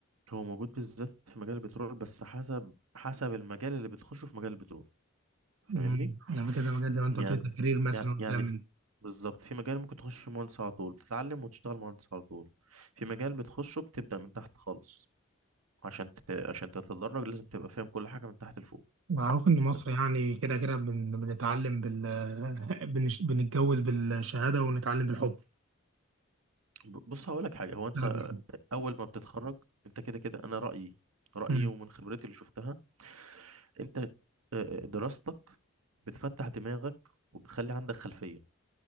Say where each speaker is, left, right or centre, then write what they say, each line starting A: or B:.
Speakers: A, on the right; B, on the right.
A: هو موجود بالذات في مجال البترول بس حسب حسب المجال اللي بتخشه في مجال البترول
B: امم
A: فاهمني
B: يعني في كذا مجال زي ما انت
A: يعني
B: قلت لي تكرير مثلا
A: يعني
B: والكلام
A: يعني
B: من
A: في-
B: ده
A: بالظبط في مجال ممكن تخش في مهندس على طول بتتعلم وتشتغل مهندس على طول في مجال بتخشه بتبدأ من تحت خالص عشان ت... عشان تتدرج لازم تبقى فاهم كل حاجة من تحت لفوق
B: معروف ان مصر
A: بس
B: يعني كده كده بن- بنتعلم بال <laughs> بنش- بنتجوز بالشهاده ونتعلم بالحب
A: ب- بص هقول لك حاجة هو انت
B: نشتغل بالحب
A: اول ما بتتخرج انت كده كده انا رأيي رأيي
B: امم
A: ومن خبرتي اللي شفتها انت آه، آه، دراستك بتفتح دماغك وبتخلي عندك خلفية